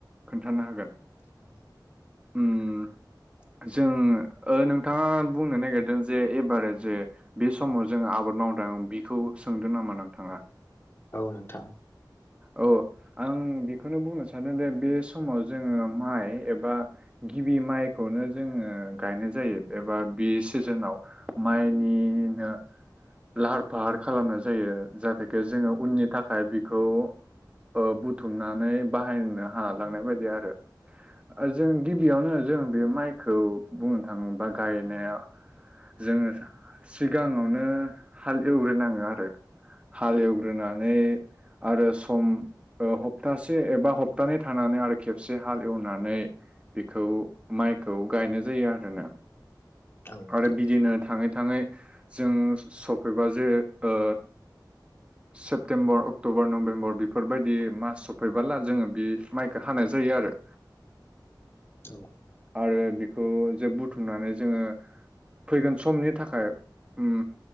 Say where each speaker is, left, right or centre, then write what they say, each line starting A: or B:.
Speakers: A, on the right (about 15°); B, on the left (about 30°).
A: खोन्थानो हागोन।
B: <inaudible>
A: उम जों ओ नोंथाङा बुंनो नागिरदों जे एबारजे बे समाव जों आबाद मावदों बिखौ सोंदों नामा नोंथाङा?
B: औ नोंथां।
A: औ आं बेखौनो बुंनो सानदों दे बे समाव जोङो माइ एबा गिबि माइखौनो जोङो गायनाय जायो एबा बे सिजोनाव माइनिनो लाहार फाहार खालामनाय जायो जाहाथे खे जोङो उननि थाखाय बि खौ ओ बुथुमनानै बाहायनो हालांनाय बायदि आरो जों गिबियावनो जों बे माइखौ बुंनो थाङोबा गायनाया जोङो सिगाङावनो हाल एवग्रोनाङो आरो हाल एवग्रोनानै आरो सम ओ हप्तासे एबा हप्तानै थानानै आरो खेबसे हाल एवनानै बेखौ माइखौ गायनाय जायो आरोना।
B: औ नोंथां
A: आरो बिदिनो थाङै थाङै जों सफैबा जे ओ सेप्तेम्बर अक्ट'बर नभेम्बर बेफोरबायदि मास सफैबोला जोङो बे माइखौ हानाय जायो आरो।
B: औ
A: आरो बिखौ जे बुथुमनानै जोङो फैगोन समनि थाखाय उम